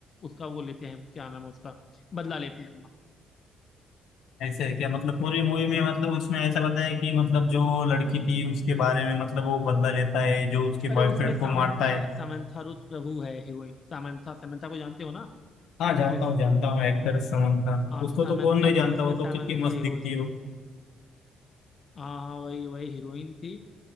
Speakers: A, on the left; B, on the left.
A: उसका वो लेते हैं क्या नाम है उसका बदला लेते हैं अपना
B: ऐसे है क्या मतलब पूरी मूवी में मतलब उसमें ऐसा बताया कि मतलब जो लड़की थी उसके बारे में मतलब वो बदला लेता है जो उसके
A: अरे
B: बॉयफ्रेंड
A: उसमें सामंथा
B: को मारता है
A: सामंथा रुथ प्रभु है हीरोइन सामंथा सामंथा को जानते हो ना
B: हाँ
A: एक्ट्रेस
B: जानता हूँ जानता हूँ एक्टर समंता
A: हाँ
B: उसको
A: तो सामंथा
B: तो कौन नहीं जानता
A: उसमें
B: वो
A: सामंथा
B: तो कितनी मस्त
A: हीरोइन
B: दिखती है
A: है
B: वो।
A: हाँ हाँ वही वही हीरोइन थी